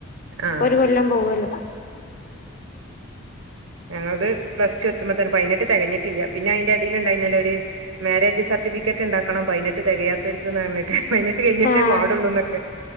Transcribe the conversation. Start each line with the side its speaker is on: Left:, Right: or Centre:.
Right: ആഹ്
Left: അപ്പൊ ഒരു കൊല്ലം പോവോല്ലോ
Right: ഞങ്ങൾത് പ്ലസ് ടു എത്തുമ്പൊ തന്നെ പയിനെട്ട് തെകഞ്ഞിട്ടില്ല. പിന്നെ അയിന്റെ എടീല്ണ്ടായിന്നല്ലോ ഒര് മാരേജ് സർട്ടിഫിക്കറ്റ് ഇണ്ടാക്കണം പയിനെട്ട് തെകയാത്തോർക്ക്ന്ന് പറഞ്ഞിട്ട് പയിനെട്ട് കയിഞ്ഞിട്ടെ
Left: ആഹ്
Right: പാടുള്ളൂ
Left: ആഹ്
Right: ന്നൊക്കെ